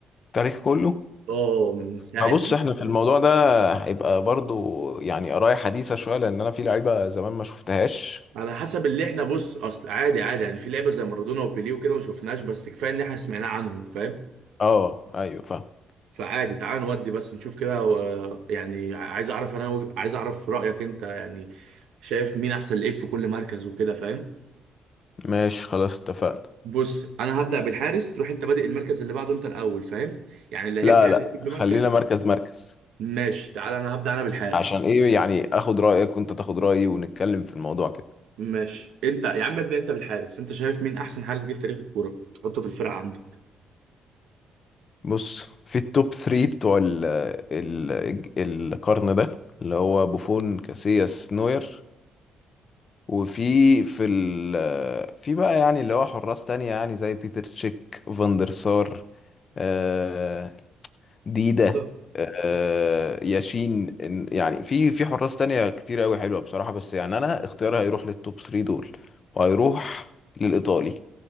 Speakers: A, on the left; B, on the right.
A: التاريخ كله
B: اه من ساعة
A: ما بص
B: ما
A: احنا
B: الكرة
A: في الموضوع
B: بدأت.
A: ده هيبقى برضو يعني قراية حديثة شوية لأن أنا في لعيبة زمان ما شفتهاش
B: على حسب اللي احنا بص اصل عادي عادي يعني في لعبة زي مارادونا وبيليه وكده ما شفناش بس كفاية ان احنا سمعناه عنهم فاهم
A: اه أيوه فاهم
B: فعادي تعال نودي بس نشوف كده و- يعني عايز اعرف انا وج- عايز اعرف رأيك انت يعني شايف مين احسن لإيه في كل مركز وكده فاهم
A: ماشي خلاص اتفقنا
B: بص انا هبدأ بالحارس تروح انت بادئ المركز اللي بعده انت الاول فاهم يعني اللي هيبدأ
A: لا لا
B: الاول بمركز
A: خلينا مركز مركز
B: ماشي تعال انا هبدأ انا بالحارس
A: عشان ايه يعني اخد رأيك وانت تاخد رأيي ونتكلم في الموضوع كده
B: ماشي انت يا عم ابدأ انت بالحارس انت شايف مين احسن حارس جه في تاريخ الكورة تحطه في الفرقة عندك
A: بص في التوب 3 بتوع ال ال القرن ده اللي هو بوفون كاسياس نوير وفي في ال في بقى يعني اللي هو حراس تانية يعني زي بيتر تشيك فاندر سار آه، ديدا
B: بالظبط.
A: آه، ياشين إن- يعني في في حراس تانية كتير قوي حلوة بصراحة بس يعني انا اختياري هيروح للتوب 3 دول وهيروح للإيطالي